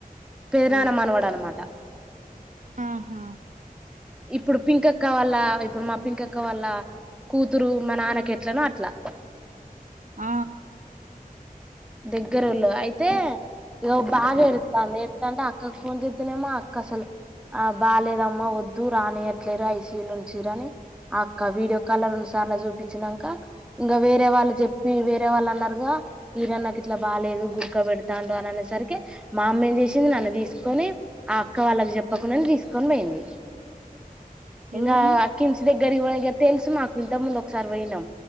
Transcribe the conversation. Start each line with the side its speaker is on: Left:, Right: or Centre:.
Centre: పెదనానమనవాడ
Right: ఓ
Centre: అనమాట
Right: ఆహా
Centre: ఇప్పుడు పింక్ అక్క వళ్ళా ఇప్పుడు మా పింక్ అక్క వళ్ళ కూతురు మా నాన్నకెట్లనో అట్లా
Right: ఆ
Centre: దగ్గరలో అయితే ఇ బాగా ఎదుటండి ఎదుటండి అక్కకు ఫోన్ చేస్తేనేమో అక్క అసలు ఆ బాలేదమ్మా వద్దు రానియట్లేరు ఐసీయులు ఉంచిరని అక్క వీడియో కాల్ లో రెండు సార్ల చూపించినాక ఇంకా వేరే వాళ్ళు చెప్పి వేరే వాళ్ళు అన్నారుగా ఈర నాకు ఇట్లా బాలేదు గుర్క పెడతాండు అని అనేసరికి మా అమ్మ ఏం చేసింది నన్ను తీసుకొని అక్క వాళ్ళకి చెప్పకుండానే తీసుకొని పోయింది ఇంకా
Right: ఎవరిని
Centre: అక్క సిమ్స్ దగ్గరి దగ్గరికి పోయినక తెల్సు మాకు ఇంతక ముంద ఒకసారి పోయినాం